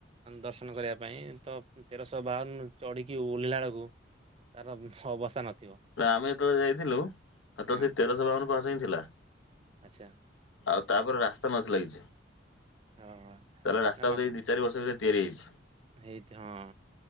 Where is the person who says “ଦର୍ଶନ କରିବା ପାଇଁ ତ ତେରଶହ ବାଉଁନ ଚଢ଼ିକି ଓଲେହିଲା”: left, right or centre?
Right